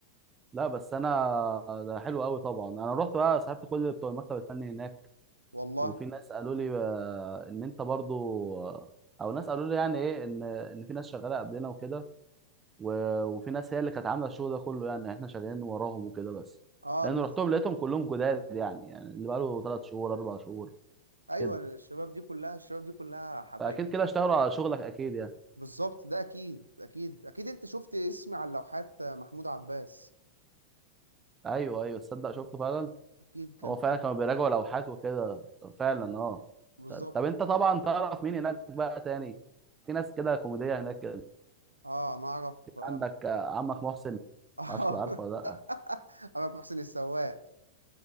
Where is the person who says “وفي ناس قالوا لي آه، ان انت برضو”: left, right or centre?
Right